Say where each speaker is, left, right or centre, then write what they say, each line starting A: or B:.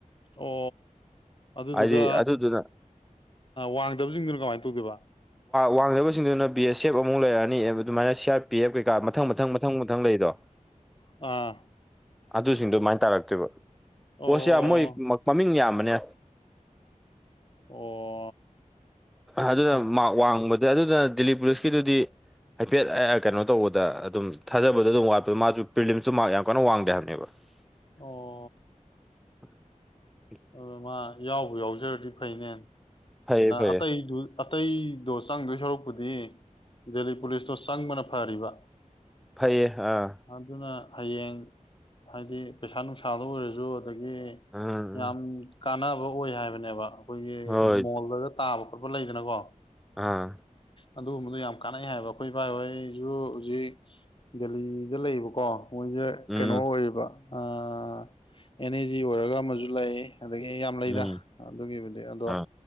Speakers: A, on the left; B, in the centre.
A: ꯑꯣ ꯑꯗꯨꯗꯨꯒ
B: ꯍꯥꯏꯗꯤ ꯑꯗꯨꯗꯨꯅ
A: ꯋꯥꯡꯗꯕꯁꯤꯡꯗꯨꯅ ꯀꯃꯥꯏꯅ ꯇꯧꯒꯦꯕ
B: ꯋꯥꯡꯗꯕꯁꯤꯡꯗꯨꯅ ꯕꯤ ꯑꯦꯁ ꯑꯦꯐ ꯑꯃꯨꯛ ꯂꯩꯔꯛꯑꯅꯤ ꯑꯗꯨꯃꯥꯏꯅ ꯁꯤ ꯑꯥꯔ ꯄꯤ ꯑꯦꯐ ꯀꯩꯀꯥ ꯃꯊꯪ ꯃꯊꯪ ꯃꯊꯪꯊ ꯈꯤꯇꯪ ꯂꯩꯗꯣ
A: ꯑ
B: ꯑꯗꯨꯁꯤꯡ ꯑꯗꯨꯃꯥꯏꯅ ꯇꯥꯔꯛꯇꯣꯏꯦꯕ
A: ꯑꯣ
B: ꯄꯣꯠꯁ ꯌꯥꯝ ꯃꯣꯏ ꯃꯃꯤꯡ ꯌꯥꯝꯕꯅꯦ
A: ꯑꯣ
B: ꯑꯗꯨꯅ
A: ꯐ-
B: ꯃꯔ ꯋꯥꯡꯕꯗ ꯑꯗꯨꯅ ꯗꯤꯜꯂꯤ ꯄꯨꯂꯤꯁꯀꯤꯗꯨꯗꯤ ꯍꯥꯏꯐꯦꯠ ꯀꯩꯅꯣ ꯇꯧꯕꯗ ꯑꯗꯨꯝ ꯊꯥꯖꯕꯗꯣ ꯑꯗꯨꯝ ꯋꯥꯠꯄꯣ ꯃꯥꯁꯨ ꯄ꯭ꯔꯤꯂꯤꯝꯁꯨ ꯃꯥ ꯌꯥꯝ ꯀꯟꯅ ꯋꯥꯡꯗꯦ ꯍꯥꯏꯕꯅꯦꯕ <unintelligible>
A: ꯑꯣ
B: <unintelligible>
A: ꯑꯗꯨ ꯃꯥ ꯌꯥꯎꯕ ꯌꯥꯎꯖꯔꯗꯤ ꯐꯩꯅꯦ
B: ꯐꯩꯌꯦ ꯐꯩꯌꯦ
A: ꯑꯇꯩꯗꯨ ꯑꯇꯩꯗꯣ ꯆꯪꯗꯣꯏ ꯁꯔꯛꯄꯨꯗꯤ ꯗꯦꯜꯂꯤ ꯄꯨꯂꯤꯁꯇꯣ ꯆꯪꯕꯅ ꯐꯔꯤꯕ
B: ꯐꯩꯌꯦ ꯑꯥ
A: ꯑꯗꯨꯅ ꯍꯌꯦꯡ ꯍꯥꯏꯗꯤ ꯄꯩꯁꯥ ꯅꯨꯡꯁꯥꯗ ꯑꯣꯏꯔꯁꯨ ꯑꯗꯒꯤ
B: ꯎꯝ ꯎꯝ
A: ꯌꯥꯝ ꯀꯥꯟꯅꯕ ꯑꯣꯏ ꯍꯥꯏꯕꯅꯦꯕ ꯑꯩꯈꯣꯏꯒꯤ
B: ꯍꯣꯏ
A: ꯃꯣꯜꯗꯒ ꯇꯥꯕ ꯈꯣꯠꯄ ꯂꯩꯗꯅꯀꯣ
B: ꯑꯥ
A: ꯑꯗꯨꯒꯨꯝꯕꯗꯣ ꯌꯥꯝ ꯀꯥꯟꯅꯩ ꯍꯥꯏꯕ ꯑꯩꯈꯣꯏ ꯏꯕꯥ ꯏ ꯍꯣꯏꯁꯨ ꯍꯧꯖꯤꯛ ꯗꯦꯂꯤꯗ ꯂꯩꯌꯦꯕꯀꯣ ꯃꯣꯏꯁꯦ
B: ꯎꯝ
A: ꯀꯩꯅꯣ ꯑꯣꯏꯔꯤꯕ ꯑꯦꯟ ꯑꯦꯖꯤ ꯑꯣꯏꯔꯒ ꯑꯃꯁꯨ ꯂꯩꯌꯦ ꯑꯗꯒꯤ ꯌꯥꯝ ꯂꯩꯗ
B: ꯎꯝ
A: ꯑꯗꯨꯒꯤꯕꯨꯗꯤ ꯑꯗꯣ
B: ꯑꯥ